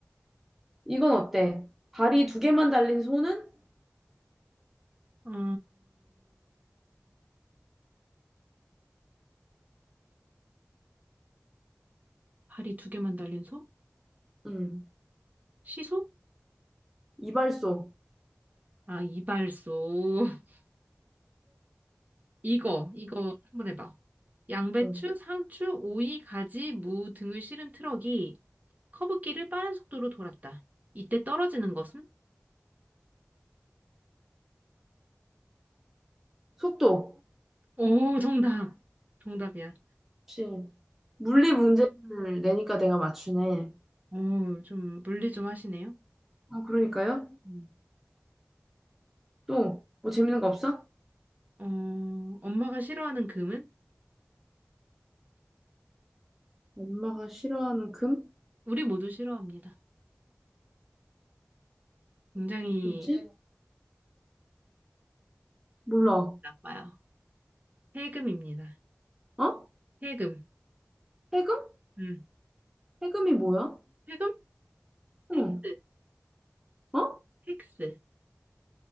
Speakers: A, in the centre; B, on the right (about 35°).
A: 이건 어때? 발이 두 개만 달린 손은?
B: 어... 다리 두 개만 달린 소?
A: 음.
B: 시소?
A: 이발소.
B: 아, 이발소. <laughs> 이거, 이거 한번 해봐. 양배추,
A: 음.
B: 상추, 오이, 가지, 무 등을 실은 트럭이 커브길을 빠른 속도로 돌았다. 이때 떨어지는 것은?
A: 속도.
B: 오, 정답. 정답이야.
A: 역시. 물리 문제를 내니까 내가 맞추네.
B: 응. 오, 좀 물리 좀 하시네요.
A: 아, 그러니까요?
B: 음.
A: 또, 뭐 재밌는 거 없어?
B: 어, 엄마가 싫어하는 금은?
A: 엄마가 싫어하는 금?
B: 우리 모두 싫어합니다. 굉장히
A: 뭐지? 몰라.
B: 나빠요. 세금입니다.
A: 어?
B: 세금.
A: 해금?
B: 음.
A: 해금이 뭐야?
B: 세금?
A: 응.
B: 텍스.
A: 어?
B: 텍스.